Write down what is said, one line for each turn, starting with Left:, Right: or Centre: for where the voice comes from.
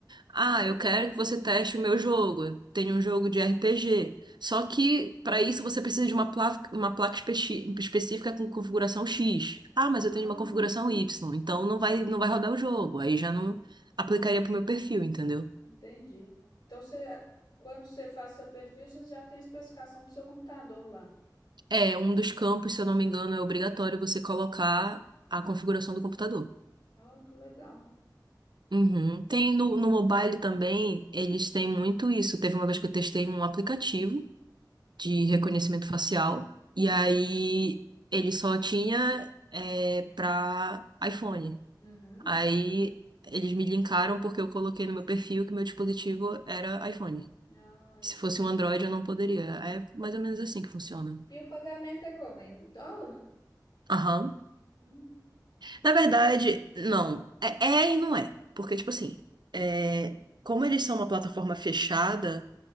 Right: ah, eu quero que você teste o meu jogo. Eu tenho um jogo de RPG. Só que, para isso, você precisa de uma placa, uma placa espe- específica com configuração X. Ah, mas
Left: Ah,
Right: eu tenho uma configuração Y. Então, não vai, não vai rodar o jogo. Aí já não aplicaria pro meu perfil, entendeu?
Left: entendi. Então você, quando você faz seu perfil, você já tem a especificação do seu computador lá.
Right: É, um dos campos, se eu não me engano, é obrigatório você colocar a configuração do computador.
Left: Oh, que legal.
Right: Uhum. Tem no, no mobile também, eles têm muito isso. Teve uma vez que eu testei um aplicativo de reconhecimento facial, e
Left: Hum.
Right: aí ele só tinha é, para iPhone.
Left: Uhum.
Right: Aí eles me linkaram porque eu coloquei no meu perfil que meu dispositivo era iPhone.
Left: Olha
Right: Se fosse
Left: que.
Right: um Android, eu não poderia. É mais ou menos assim que funciona.
Left: E o pagamento é como? É Em dólar?
Right: Aham.
Left: Hum.
Right: Na verdade, não. É, é e não é. Porque, tipo assim, é, como eles são uma plataforma fechada.